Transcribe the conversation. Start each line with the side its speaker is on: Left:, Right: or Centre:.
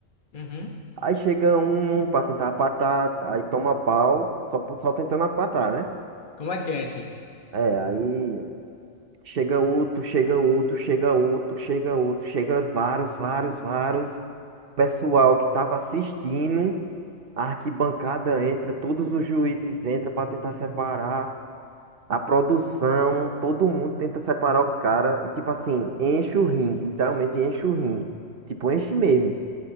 Left: uhum,
Right: Aí chega um para tentar apatar, aí toma pau, só, só tentando apatar, né?
Left: como a Jack.
Right: É, aí Chega outro, chega outro, chega outro, chega outro, chega vários, vários, vários. Pessoal que estava assistindo, a arquibancada entra, todos os juízes entram para tentar separar a produção, todo mundo tenta separar os caras e tipo assim, enche o ringue, literalmente enche o ringue. Tipo, enche mesmo.